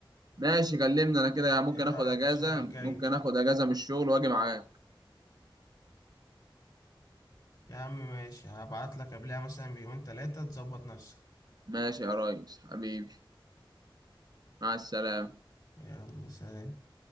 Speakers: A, on the right; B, on the left.
A: ماشي كلمني انا كده يعني ممكن
B: إيه
A: اخد
B: رأيك
A: اجازة
B: الشهر الجاي؟
A: ممكن اخد اجازة من الشغل واجي معاك
B: يا عم ماشي هبعتلك قبلها مثلا بيومين تلاتة تظبط نفسك
A: ماشي يا ريس حبيبي مع السلامة
B: يلا سلام